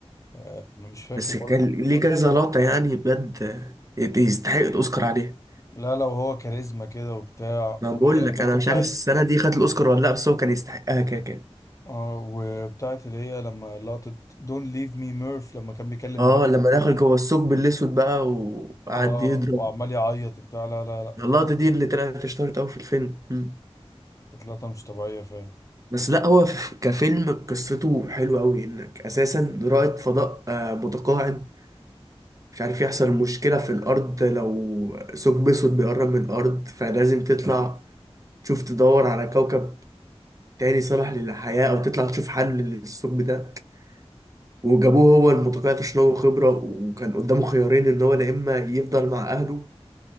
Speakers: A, on the left (about 30°); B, on the right (about 30°).
A: آه، انا مش فاكر
B: بس
A: برضه
B: كان ليه كذا لقطه يعني بجد يستحق الاوسكار عليه
A: لا لا وهو كاريزما كده وبتاع
B: ما
A: واللي
B: بقول
A: هي
B: لك
A: الحته
B: انا مش
A: بتاعت
B: عارف السنه دي خد الاوسكار ولا لا بس هو كان يستحقها كده كده
A: اه وبتاعت اللي هي لما لقطة دون ليف مي ميرف لما كان بيكلم
B: اه
A: بنت
B: لما دخل جوه الثقب الاسود بقى وقعد
A: اه
B: يضرب
A: وعمال يعيط وبتاع لا لا لا
B: اللقطة دي اللي طلعت اشتهرت أوي في الفيلم مم.
A: كانت لقطة مش طبيعية فعلا
B: بس لا هو في- كفيلم قصته حلوة أوي إنك أساسا رائد فضاء آه، متقاعد مش عارف يحصل مشكلة في الأرض لو ثقب أسود بيقرب من الأرض فلازم تطلع تشوف تدور على كوكب تاني صالح للحياة أو تطلع تشوف حل للثقب ده وجابوه هو المتقاعد عشان هو خبرة وكان قدامه خيارين إن هو يا إما يفضل مع أهله